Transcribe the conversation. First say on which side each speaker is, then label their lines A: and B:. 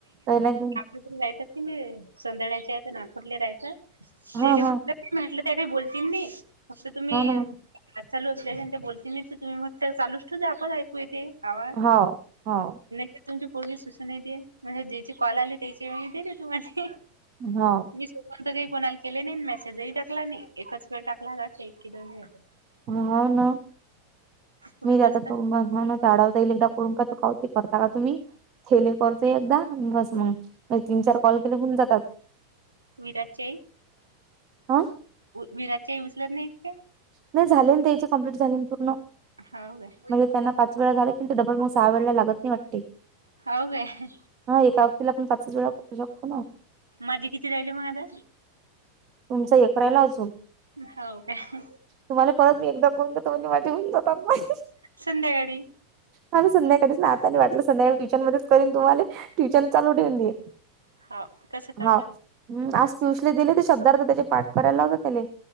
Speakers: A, on the right (about 35°); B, on the right (about 80°).
A: त नाही ग
B: हतात की संद्याचे नाकुरले राहतात
A: हा
B: ते लिहून
A: हा
B: म्हटलं त्या काही बोलतील नाही फक्त तुम्ही
A: हो ना
B: आज चालू असल्या आणि ते बोलतील नाही तर तुम्ही मग चालूच ठेवते आपण ऐकू य तेे आवाज
A: हाव हाव
B: तुमची पोरगी सुस दे म्हणजे ज्याची कॉल आली त्याची दे र तुम्हाला
A: होा
B: मी स्वपंत काही कोणाला केले नाही मेसेजही टाकला नाही एकच वेळ टाकला लाट एक की दोन वेळ
A: ह ना
B: कुठे
A: मी
B: बसता
A: आता तो डाव जाईल एकदा करून पा त का ते करता का तुम्ही खेले कर एकदा ब मगे तीन चार कॉल केले होऊन जातात
B: विराचे
A: हं
B: विराजच्या उचलत नाहीत का
A: नाही झाले त्याची कंप्लीट झा पूर्ण
B: हाव काय
A: म्हणजे त्यांना च वळा झा किी ते डबल मग सहा वेळे लागत नाही वाटते
B: हाव काय
A: हा एका अवतीला आपण पाचवीच वेळा करू शकतो ना
B: माझे किती राहिले मग आला
A: तुमचा एकराला अजून
B: हाव काय
A: तुम्हाला परत मी एकदा करून दोन्ही मध्ये होात म <inaudible>
B: संध्याकाळी
A: हा संध्याकाळी ना आता वाटलं संध्याकाळी किचन मध्येच करन तुम्हाला ट्युशन चालू ठेवून दे
B: हा तसं करजा
A: हा हम आज पिऊषले दिले ते शब्दार्थ त्याचे पाठ करायला लावता त्याला